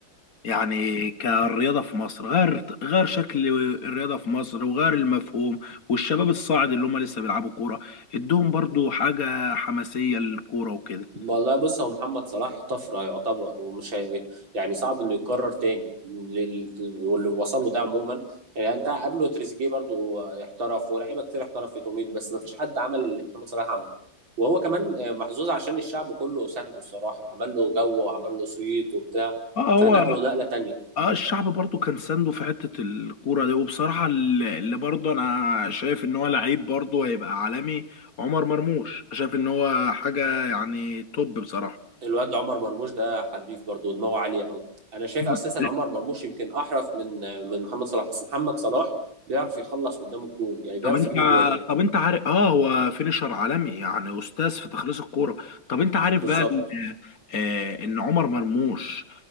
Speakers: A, on the left (about 50°); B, on the right (about 80°).
A: يعني كالرياضه في مصر غير غير شكل الرياضه في مصر وغير المفهوم والشباب الصاعد اللي هم لسه بيلعبوا كوره ادهم برضو حاجه حماسيه للكوره وكده
B: والله بص هو محمد صلاح طفرة يعتبر ومش هي يعني صعب انه يتكرر تاني لل- واللي وصل له ده عموما يعني انت قبله تريزيجيه برضو احترف ولاعيبه كتير احترف في توميدو بس ما فيش حد عمل اللي محمد صلاح عمله وهو كمان آه، محظوظ عشان الشعب كله سنده الصراحة عمل له جو وعمل له صيت وبتاع
A: اه هو
B: فنقله نقلة تانية
A: اه الشعب برضو كان سانده في حتة الكورة دي وبصراحة اللي اللي برضو انا شايف ان هو لعيب برضو هيبقى عالمي عمر مرموش شايف ان هو حاجة يعني توب بصراحة
B: الواد عمر مرموش ده حريف برضو دماغه عالية قوي انا شايف
A: مم.
B: اساسا
A: لا،
B: عمر مرموش يمكن احرف من آه، من محمد صلاح بس محمد صلاح بيعرف يخلص قدام الجون يعني بيعرف
A: طب انت
B: يجيب جوان
A: طب انت عارف اه هو فينيشر عالمي يعني استاذ في تخليص الكورة طب انت عارف
B: بالظبط
A: بقى ال- آه ان عمر مرموش